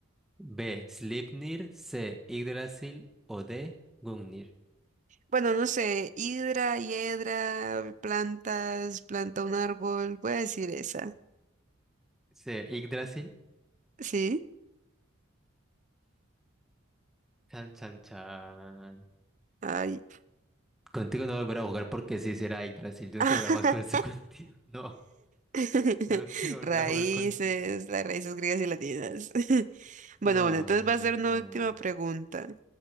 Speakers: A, in the centre; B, on the right.
A: B. Sleipnir. C. Yggdrasil. O D. Gungnir.
B: Bueno, no sé, hidra, hiedra, plantas, planta un árbol. Voy a decir esa.
A: C. Yggdrasil.
B: ¿Sí?
A: Chan, chan, chan.
B: Ay.
A: Contigo no volver a jugar porque sí será Yggdrasil. Yo
B: <laughs>
A: no quiero jugar más con esto <laughs> contigo. No,
B: <laughs>
A: no quiero volver
B: Raíces,
A: a jugar contigo.
B: las raíces griegas y latinas. <laughs> Bueno,
A: No,
B: bueno, entonces
A: no,
B: va a ser
A: no.
B: una última pregunta.